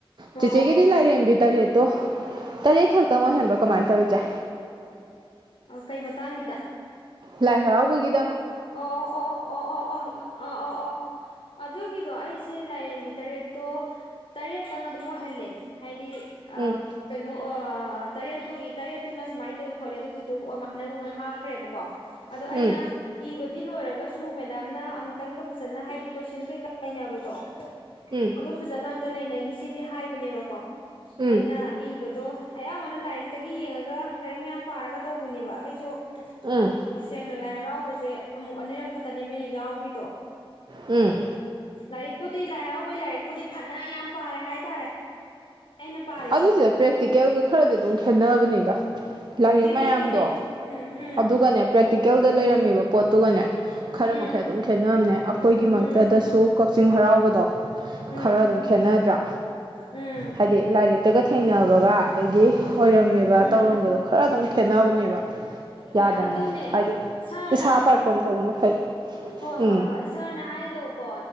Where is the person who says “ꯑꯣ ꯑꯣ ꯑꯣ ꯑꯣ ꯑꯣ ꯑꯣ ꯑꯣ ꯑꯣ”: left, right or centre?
Left